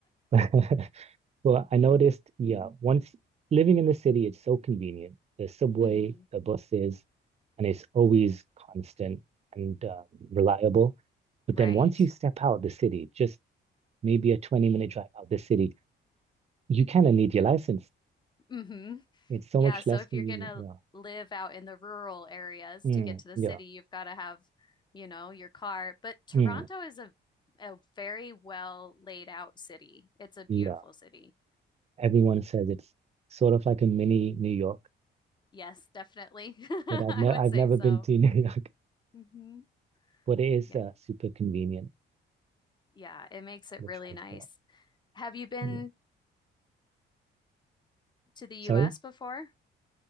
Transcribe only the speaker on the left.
hmm
Right.
hmm
Yeah,
so
if
you're gonna
live out in the rural areas
to get to the
city, you've got to have, you know, your car. But Toronto
is a a very well laid out city. It's a beautiful
city.
Yes, definitely. <laughs>
I
would
say
so.
hmm
Yeah.
Yeah, it makes it
really
nice. Have you been
to the
US before?